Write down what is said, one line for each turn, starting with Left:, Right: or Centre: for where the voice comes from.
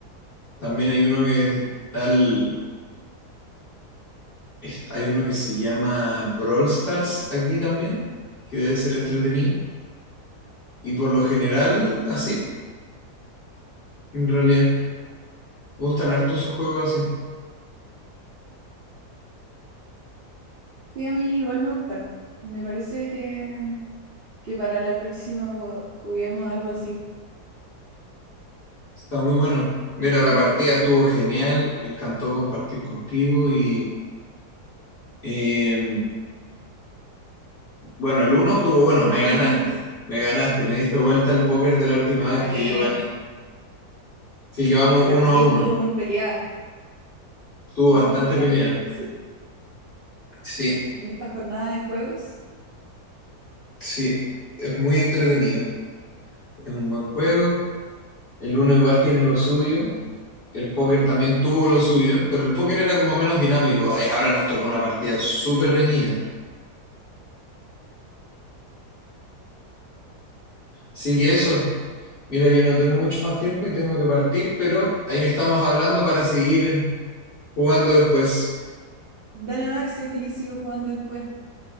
Left: También hay uno que es tal, es- hay uno que se llama Brawl Stars aquí también, que debe ser entretenido. Y por lo general, así, en realidad. Me gustan harto esos juegos así.
Right: Sí, a mí igual me gustan. Me parece que que para la próxima bo- juguemos algo así.
Left: Está muy bueno. Mira, la partida estuvo genial, me encantó compartir contigo y eh, bueno, el uno estuvo bueno, me
Right: Sí,
Left: ganaste, me ganaste, me diste vuelta el póker de la última
Right: gané.
Left: vez que yo gané. Sí, llevamos
Right: Y la
Left: uno
Right: partida
Left: a uno,
Right: estuvo muy peleada,
Left: estuvo
Right: estuvo
Left: bastante
Right: muy peleada.
Left: pelea.
Right: Sí,
Left: Sí,
Right: en esta jornada de juegos.
Left: sí, es muy entretenido, es un buen juego, el uno igual tiene lo suyo, el póker también tuvo lo suyo, pero el póker era como menos dinámico. Ay, ahora nos tocó una partida súper reñida. Así que eso. Mira, yo no tengo mucho más tiempo y tengo que partir, pero ahí estamos hablando para seguir jugando después.
Right: Dale, Max, yo feliz sigo jugando después.